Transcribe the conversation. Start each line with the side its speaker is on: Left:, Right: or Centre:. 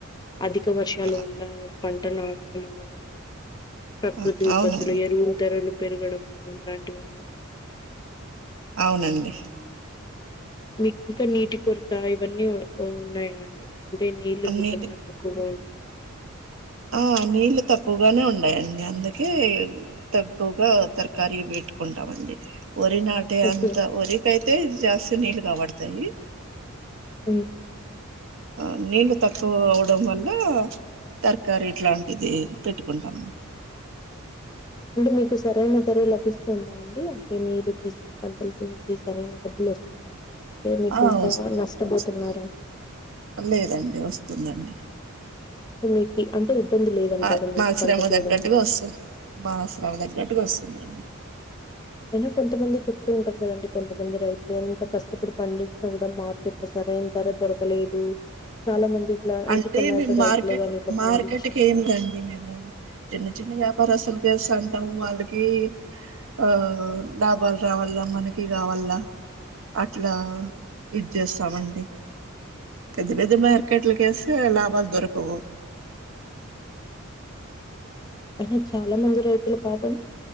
Left: అధిక వర్షాల
Right: ఆ,
Left: వల్ల పంట నాశనం అవ్వడం
Right: ఆ,
Left: కృతి విపత్తులు
Right: అవునండి
Left: ఎరువుల ధరలు పెరగడము ఇలాంటివన్నీ
Right: అవునండి
Left: మీకు ఇంకా నీటి కొరత ఇవన్నీ ఉన్నాయా అండి అంటే నీళ్లు
Right: అన్నిటి
Left: మీకేమన్న తక్కువ
Right: ఆ నీళ్లు తక్కువగానే ఉన్నాయండి అందుకే తక్్కువగా తర్క్కరి పెట్టుకుంటామండి వరినా టే
Left: ఓకే
Right: అంత వరికి అయితే జాస్తి నీళ్ళు కాబడుతాయి
Left: మ్
Right: ఆ నీళ్ళు తక్కువ అవడం వల్ల తర్కారి ఇట్లాంటివి పెట్టుకుంటామండి
Left: అంటే మీకు సరైన ధర లభిస్తుంది అండి మీరు తీసిన పంటలకి మీకు సరైన డబ్బులు వస్తుందా అంటే మీకు
Right: ఆ
Left: ఇంకా
Right: వస్తుంది
Left: నష్టపోతున్నారా
Right: వస్తుంది లేదండి వస్తుందండి
Left: అంటే మీకు అంటే ఇబ్బంది లేదంటారు
Right: మా
Left: మీకు
Right: మా శ్రమ
Left: పంట తీయడం
Right: తగ్గట్టుగా వస్తుంది మ శ్రమా దగ్గట్టుగా వస్తుందండి
Left: అయినా కొంతమంది చెప్తూ ఉంటారు కదండి కొంతమంది రైతులు ఎంత కష్టపడి పండించినా కూడా మా ట్ల సరైన ధర దొరకలేదు చాలా మంది ఇట్లా
Right: అంటే
Left: టొమాటో
Right: మేము
Left: రైతులే
Right: మార్కెట్
Left: గాని ఇట్లా
Right: మార్కెట్
Left: పండించిన
Right: కియా మండి మేము చిన్న చిన్న వ్యాపార అసలుకేస్తంటాము వాళ్ళకి ఆ లాభాలు రావాలా మనకి కావాల్ల అట్లా ఇది చేస్తామండి పెద్ద పెద్ద మార్కెట్ల కేస్తే లాభాలు దొరకవు
Left: అయినా చాలా మంది రైతులు పాపం